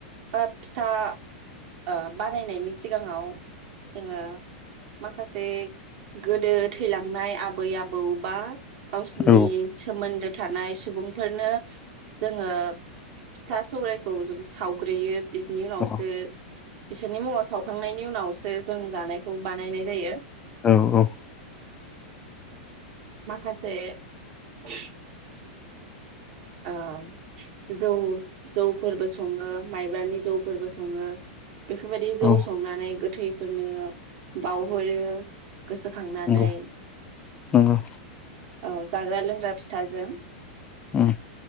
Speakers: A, on the right (about 55°); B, on the left (about 20°).
A: बा फिथा ओ बानायनायनि सिगाङाव जोङो माखासे गोदो थैलांनाय आबै आबौ बा गावसिनि
B: औ
A: सोमोन्दो थानाय सुबुंफोरनो जोङो फिथा सौरायखौ जों सावग्रोयो। बिनि उनावसो
B: औ
A: बिसोरनि मुङाव सावखांनायनि उनावसो जों जानायखौ बानायनाय जायो।
B: औ औ।
A: माखासे <unintelligible> ओ जौ जौफोरबो सङो माइब्रानि जौफोरबो सङो। बेफोरबायदि जौ
B: औ
A: संनानै गोथैफोरनो बावउहरो। गोसोखांनानै
B: नंगौ नंगौ
A: औ जाग्रा लोंग्रा फिथाजों
B: उम